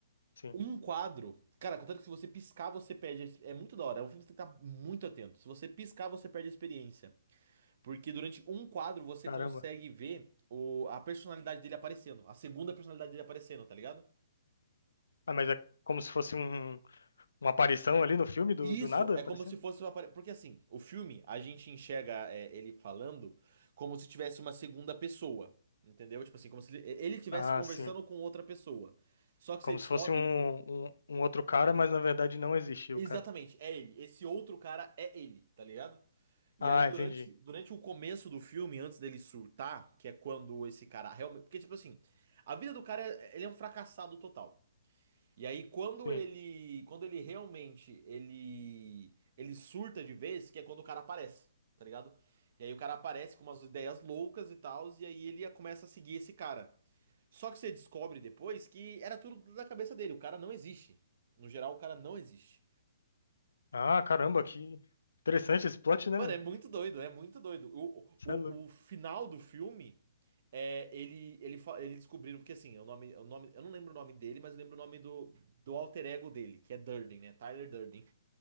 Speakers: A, on the left; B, on the right.
A: sim.
B: Um quadro, cara, contanto que se você piscar, você perde. a- É muito da hora, é um filme que você tem que estar muito atento. Se você piscar, você perde a experiência. Porque durante um quadro você
A: Caramba.
B: consegue ver o, a personalidade dele aparecendo, a segunda personalidade dele aparecendo, tá ligado?
A: Ah, mas é como se fosse um, uma aparição ali no filme do,
B: E
A: do
B: isso
A: nada,
B: é
A: aparecendo?
B: como se fosse uma. apare- Porque assim, o filme, a gente enxerga é, ele falando como se tivesse uma segunda pessoa, entendeu? Tipo assim, como se ele ele estivesse
A: Ah,
B: conversando
A: sim.
B: com outra pessoa. Só que
A: Como
B: você descobre
A: se fosse um, um, um outro cara, mas na verdade não existiu,
B: exatamente,
A: cara.
B: é ele. Esse outro cara é ele, tá ligado? E
A: Ah,
B: aí, durante,
A: entendi.
B: durante o começo do filme, antes dele surtar, que é quando esse cara realmente. Porque, tipo assim, a vida do cara, é- ele é um fracassado total. E aí, quando
A: Sim.
B: ele. Quando ele realmente. Ele. Ele surta de vez, que é quando o cara aparece, tá ligado? E aí, o cara aparece com umas ideias loucas e tal, e aí ele começa a seguir esse cara. Só que você descobre depois que era tudo da cabeça dele, o cara não existe. No geral, o cara não existe.
A: Ah, caramba, que interessante esse plot, né,
B: Mano,
A: velho?
B: é muito doido, é muito doido. O,
A: Isso
B: o,
A: é louco.
B: o final do filme é ele ele fa- ele descobriram porque assim, é o nome é o nome eu não lembro o nome dele, mas eu lembro o nome do do alter ego dele, que é Durden, né? Tyler Durden.